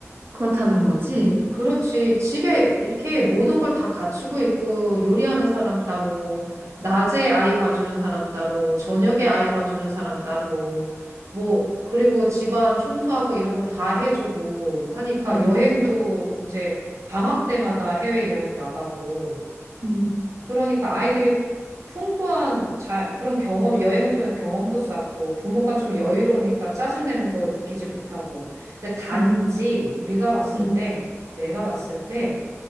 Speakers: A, on the right (about 45°); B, on the right (about 75°).
A: 그렇다는 거지?
B: 그렇지. 집에 이렇게 모든 걸 다 갖추고 있고, 요리하는 사람 따로, 낮에 아이 봐주는 사람 따로, 저녁에 아이 봐주는 사람 따로, 뭐, 그리고 집안 청소하고 이런 거 다 해주고 하니까
A: 음.
B: 여행도 이제 방학 때마다 해외여행 나가고,
A: 음,
B: 그러니까 아이들이 풍부한 자, 그런 경험, 여행을 통해 경험도 쌓고 부모가 좀 여유로우니까 짜증내는 거 느끼지 못하고. 근데 단지
A: 음,
B: 우리가 봤을
A: 음.
B: 때, 내가 봤을 때